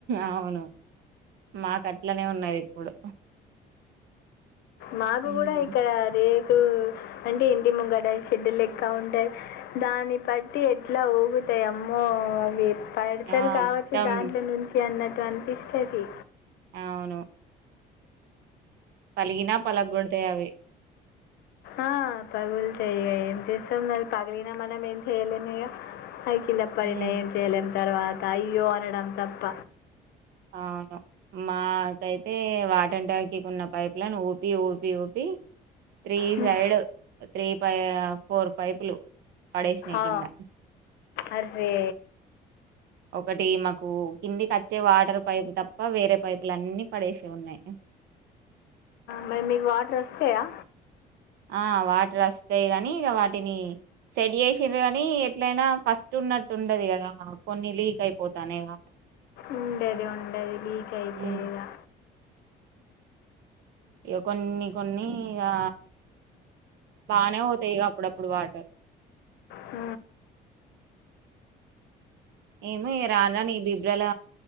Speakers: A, on the right (about 80°); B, on the left (about 80°).
A: అవును మాకు అట్లనే ఉన్నది ఇప్పుడు
B: మాకు
A: హ్మ్.
B: కూడా ఇక్కడ రే టూ అంటే ఇంటి ముంగట షెడ్ లెక్క ఉంటాది దాని బట్టి ఎట్లా ఊగు తాయి అమ్మో అది పడతారు
A: ఆ!
B: కావచ్చు
A: మొత్తం
B: దాంట్లో నుంచి అన్నట్టు అనిపిస్తది
A: అవును పలిగిన పలగోడుతాయి అవి
B: ఆ పగలు తాయి ఇగ మనం ఏం చేస్తము మరి పగలినా మనం ఏం చెయలేము ఇగ అవి కింద పడిన
A: హ్మ్.
B: ఏం చేయలేము తర్వాత అయ్యో అనడం తప్ప
A: అవును మాకైతే వాటర్ ట్యాంక్ ఉన్న పైప్ లైన్ ఊపి ఊపి ఊపి త్రీ
B: హ్మ్.
A: సైడ్ త్రీ ఫోర్ పైపులు పడేసినాయి
B: ఆ
A: కింద.
B: అర్రే
A: ఒకటీ మాకు కిందికి వచ్చే వాటర్ పైపు తప్ప వేరే పైపులు అన్ని పడేసే ఉన్నాయి.
B: మరి మీకు వాటర్ వస్తాయా
A: ఆ ఇగ వాటర్ వస్తాయి. గాని ఇక వాటిని సెడ్ చేసిరూ గానీ ఎట్లయినా ఫస్ట్ ఉన్నట్టు ఉండది కదా కొన్ని లీక్ అయిపోతా లేవ
B: ఉండది ఉండది లీక్ అయితేదా
A: హ్మ్. ఇక కొన్ని కొన్ని ఇగా బానే పోతాయిక అప్పుడప్పుడు వాటర్
B: అ
A: ఏమో ఇ రాను రాను ఈ బిబ్రల